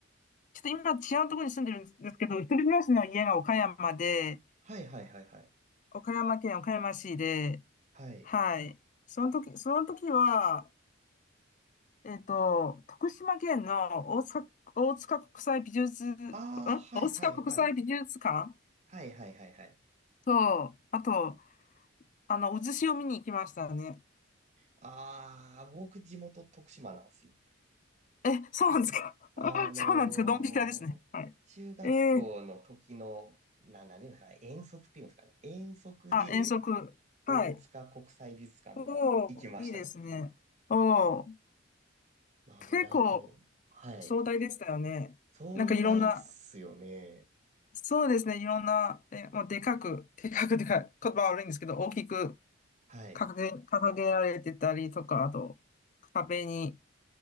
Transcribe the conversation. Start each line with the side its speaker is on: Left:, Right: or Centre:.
Left: ちょっと今違うところに住んでるんですけど、一人暮らしの家が岡山で、
Right: はいはいはいはい。
Left: 岡山県岡山市で、
Right: はい。
Left: はい。その時、その時は、えっと、徳島県の大塚、大塚国際美術、ん
Right: ああ、はいはいはい。
Left: 大塚国際美術館
Right: はいはいはいはい。
Left: と、あと、あの、渦潮を見に行きましたね。
Right: ああ、僕地元徳島なんですよ。
Left: え、そうなんですか
Right: あのー中学校の時の、
Left: <laughs> そうなんですかドンピシャですね。はい。えー、
Right: な、なんていうんですかね、遠足っていうんですかね、遠足で
Left: あ、遠足。
Right: 大塚国際美術館とか行きましたよ。
Left: はい。おー、いいですね。おー、
Right: なので、
Left: 結構、
Right: あと、はい。
Left: 壮大でしたよね。
Right: 壮大っすよね。
Left: なんかいろんな、そうですね、いろんな、え、もうでかく、でかくでかい、言葉悪いんですけど、大きく
Right: はい。
Left: 掲げ、掲げられてたりとか、あと、壁に、